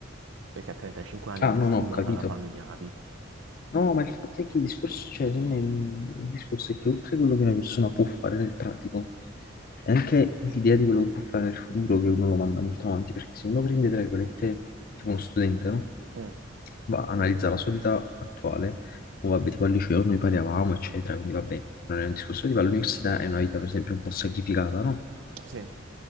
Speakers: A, on the right (about 85°); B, on the left (about 45°).
A: perché a 35 anni
B: Ah,
A: nessuno
B: non ho capito.
A: ha la famiglia, capito?
B: No, ma il fatto è che il discorso, cioè, secondo me, il discorso è che oltre a quello che una persona può fare nel pratico, è anche l'idea di quello che può fare nel futuro che uno lo manda molto avanti, perché se uno prende, tra virgolette, tipo uno studente, no?
A: Mm,
B: Va, analizza la sua vita attuale, o vabbè, tipo al liceo noi paravamo, eccetera, quindi vabbè, non è un discorso tipo all'università, è una vita per esempio un po' sacrificata, no?
A: sì,